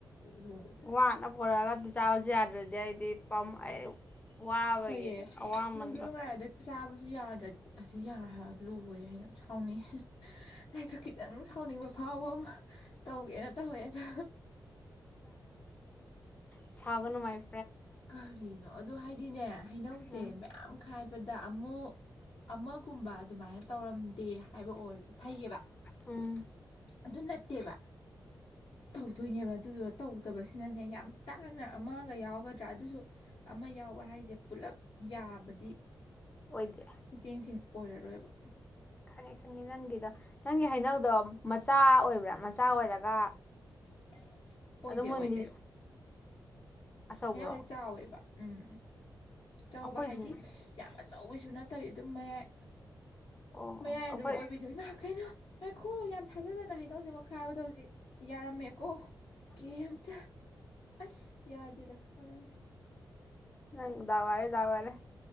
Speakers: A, on the left (about 65°); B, on the left (about 20°).
A: ꯂꯣꯡ
B: ꯋꯥꯅ ꯐꯔ ꯆꯥꯁꯨ ꯌꯥꯗ꯭ꯔꯗꯤ ꯑꯩꯗꯤ ꯄꯝ ꯑꯌ ꯋꯥꯕꯒꯤ
A: ꯍꯣꯏꯌꯦ
B: ꯑꯋꯥꯃꯟꯗꯣ
A: ꯅꯨꯡꯁꯨ ꯅꯨꯡꯉꯥꯏꯔꯗꯤ ꯆꯥꯕꯁꯨ ꯌꯥꯗ꯭ꯔꯗꯤ ꯑꯁꯤ ꯌꯥꯔ ꯂꯣꯏꯔꯦ ꯍꯥꯏꯅ ꯁꯥꯎꯅꯤꯡ ꯑꯩꯗꯣ ꯈꯤꯇꯪ ꯁꯥꯎꯅꯤꯡꯕ ꯐꯥꯎꯕ ꯑꯃ ꯇꯧꯒꯦꯅ ꯇꯧꯋꯦ ꯑꯗꯣ
B: ꯁꯥꯒ ꯅꯨꯡꯉꯥꯏ
A: ꯀꯔꯤꯅꯣ ꯑꯗ ꯍꯥꯏꯗꯤꯅꯦ ꯍꯩꯅꯧꯁꯦ
B: ꯎꯝ
A: ꯃꯌꯥꯝ ꯈꯥꯏꯕꯗ ꯑꯃ ꯑꯃꯒꯨꯝꯕ ꯑꯗꯨꯃꯥꯏꯅ ꯇꯧꯔꯝꯗꯦ ꯍꯥꯏꯕ ꯑꯣꯏꯔꯗꯤ ꯐꯩꯌꯦꯕ
B: ꯎꯝ
A: ꯑꯗꯨ ꯅꯠꯇꯦꯕ ꯇꯧꯗꯣꯏꯅꯦꯕ ꯑꯗꯨꯗꯨꯗ ꯇꯧꯗꯕꯁꯤꯅꯅꯦ ꯌꯥꯝ ꯇꯥꯡꯅ ꯑꯃꯒ ꯌꯥꯎꯒ ꯑꯗꯨꯁꯨ ꯑꯃ ꯌꯥꯎꯕ ꯍꯥꯏꯁꯦ ꯄꯨꯂꯞ ꯌꯥꯕꯗꯤ
B: ꯑꯣꯏꯗꯦ
A: <unintelligible> ꯑꯣꯏꯔꯔꯣꯏꯕ
B: ꯈꯪꯉꯦ ꯈꯪꯉꯦ ꯅꯪꯒꯤꯗꯣ ꯅꯪꯒꯤ ꯍꯩꯅꯧꯗꯣ ꯃꯆꯥ ꯑꯣꯏꯕ꯭ꯔꯥ ꯃꯆꯥ ꯑꯣꯏꯔꯒ
A: <inaudible> ꯑꯣꯏꯗꯦ
B: ꯑꯗꯨꯝ ꯃꯨꯟꯕꯤ
A: ꯑꯣꯏꯗꯦ
B: ꯑꯆꯧꯕ꯭ꯔꯣ
A: ꯍꯡ ꯆꯥꯎꯋꯦꯕ ꯎꯝ ꯆꯥꯎꯕ
B: ꯑꯩꯈꯣꯏꯁꯨ
A: ꯍꯥꯏꯗꯤ ꯌꯥꯝ ꯑꯆꯧꯕꯩꯁꯨ ꯅꯠꯇꯕꯤ ꯑꯗꯨꯝ ꯃꯌꯥꯏ
B: ꯑꯣ
A: ꯃꯌꯥꯏ
B: ꯑꯣ
A: ꯑꯗꯨꯝ
B: ꯑꯩꯈꯣꯏ
A: ꯑꯣꯏꯕꯤꯗꯣꯏ ꯅꯍ ꯀꯩꯅꯣ ꯍꯥꯏꯈꯣ ꯌꯥꯝ ꯊꯥꯖꯗꯅ ꯍꯩꯅꯧ ꯍꯧꯖꯤꯛꯃꯛ ꯈꯥꯕꯗꯣ ꯍꯧꯖꯤꯛ ꯌꯥꯔꯝꯃꯦꯀꯣ ꯀꯝꯇ ꯑꯁ ꯌꯥꯗꯗ ꯐꯖꯣꯡꯁꯤ
B: ꯅꯪ ꯋꯥꯔꯦ ꯗꯥꯋꯥꯔꯦ